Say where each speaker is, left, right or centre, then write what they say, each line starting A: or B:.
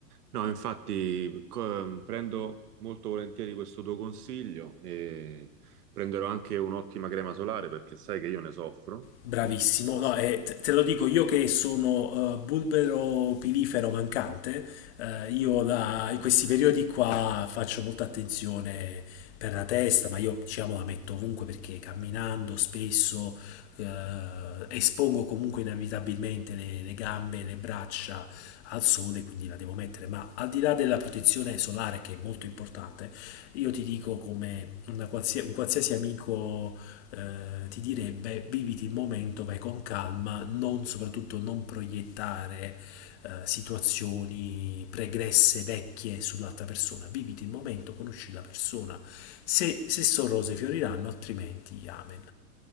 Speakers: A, on the right; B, on the left.
A: No, infatti co- ehm, prendo molto volentieri questo tuo consiglio e prenderò anche un'ottima crema solare perché sai che io ne soffro
B: Bravissimo,
A: moltissimo.
B: no, eh, te te lo dico io che sono eh, bulbero pilifero mancante, eh, io la- in questi periodi qua faccio molta attenzione per la testa, ma io diciamo la metto ovunque perché camminando spesso eh, espongo comunque inevitabilmente le, le gambe, le braccia al sole, quindi la devo mettere, ma al di là della protezione solare che è molto importante, io ti dico come una qualsia- un qualsiasi amico eh, ti direbbe viviti il momento, vai con calma, non soprattutto non proiettare eh, situazioni pregresse, vecchie sull'altra persona, viviti il momento, conosci la persona, se, se sono rose fioriranno, altrimenti amen.